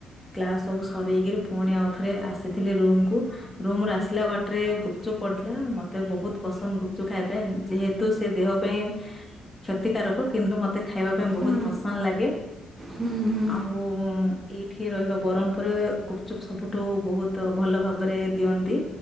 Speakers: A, on the left; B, on the right.
A: କ୍ଲାସ ସବୁ ସରେଇକି ପୁଣି ଆଉଥରେ ଆସିଥିଲି ରୁମକୁୁ। ରୁମରୁ ଆସିଲା ବାଟରେ ଗୁପଚୁପ୍ ପଡୁଥିଲା। ମତେ ବହୁତ ପସନ୍ଦ ଗୁପଚୁପ୍ ଖାଇବା ପାଇଁ, ଯେହେତୁ ସେ ଦେହ ପାଇଁ କ୍ଷତିକାରକ କିନ୍ତୁ ମତେ ଖାଇବା ପାଇଁ ବହୁତ
B: ହଁ
A: ପସନ୍ଦ ଲାଗେ।
B: ହୁଁ ହୁଁ।
A: ଆଉ ଏଇଠି ରହିବା ବରହମପୁରେ ଗୁପଚୁପ୍ ସବୁଠୁ ବହୁତ ଭଲ ଭାବରେ ଦି ଅନ୍ତି।